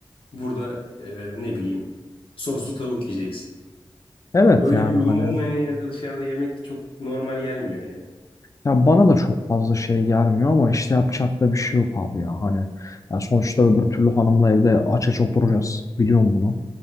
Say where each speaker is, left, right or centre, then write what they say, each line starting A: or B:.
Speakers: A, on the left; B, on the left.
A: Burada e, ne bileyim soslu tavuk yiyeceksin.
B: Evet
A: Öyle
B: yani
A: bir ünü
B: hani
A: olmayan yerde dışarıda yemek çok normal gelmiyor ya.
B: ya bana da çok fazla şey gelmiyor ama işte yapacak da bir şey yok abi ya hani ya sonuçta öbür türlü hanımla evde aç aç oturacağız biliyorum bunu.